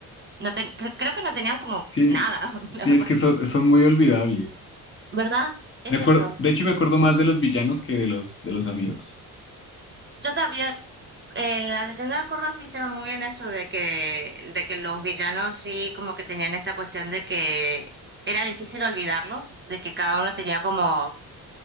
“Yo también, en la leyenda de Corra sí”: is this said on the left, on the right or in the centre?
Right